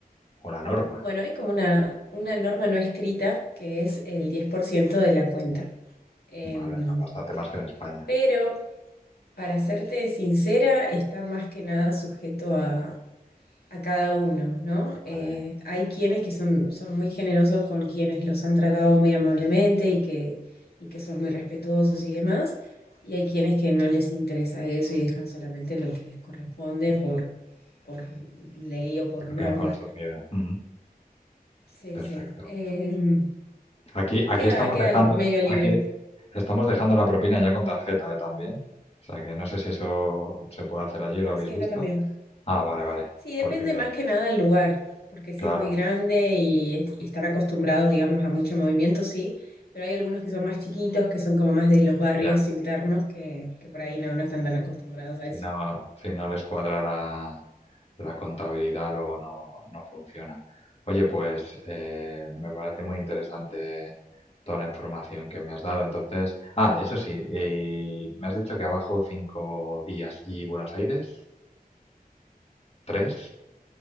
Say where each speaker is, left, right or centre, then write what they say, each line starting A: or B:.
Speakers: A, on the left; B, on the left.
A: O la norma,
B: Bueno, hay como una, una norma no escrita que es el 10% de la cuenta. Em,
A: ¿vale? O sea, bastante más que en España,
B: pero, para serte sincera, está más que nada sujeto a a cada uno, ¿no?
A: ¿vale?
B: Eh, hay quienes que son, son muy generosos con quienes los han tratado muy amablemente y que, y que son muy respetuosos y demás, y hay quienes que no les interesa eso y dejan solamente lo que les corresponde por, por ley o por
A: Lo
B: norma.
A: que han consumido. Mm,
B: Sí,
A: perfecto.
B: sí. Eh,
A: Aquí,
B: queda,
A: aquí estamos
B: queda
A: dejando,
B: medio libre.
A: aquí estamos dejando la propina ya con tarjeta, ¿eh? También. O sea que no sé si eso se puede hacer allí
B: Ah,
A: o lo habéis
B: sí,
A: visto.
B: acá también.
A: Ah, vale, vale.
B: Sí, depende
A: Porque,
B: más que nada del lugar, porque si
A: claro,
B: es muy grande y, y están acostumbrados, digamos, a mucho movimiento, sí, pero hay algunos que son más chiquitos, que son como más de los barrios
A: ya.
B: internos, que, que por ahí no, no están tan acostumbrados a
A: Si
B: eso.
A: no, si no les cuadra la, la contabilidad, luego no, no funciona. Oye, pues eh, me parece muy interesante toda la información que me has dado. Entonces, ah, eso sí, y me has dicho que abajo cinco días. ¿Y Buenos Aires? ¿Tres?